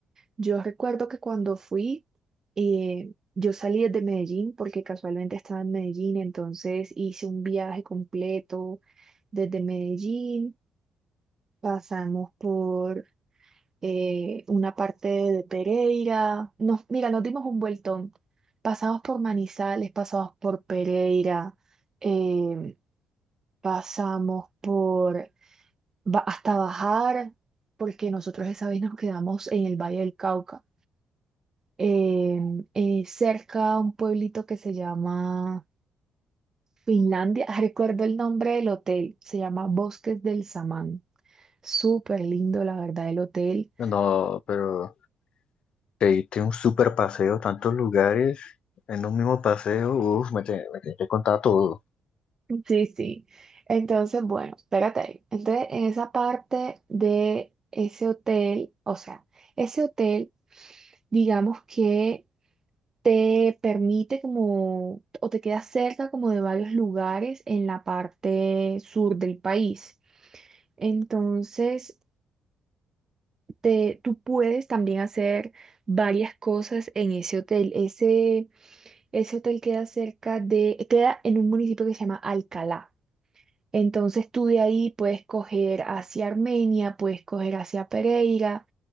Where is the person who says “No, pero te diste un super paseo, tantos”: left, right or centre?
Left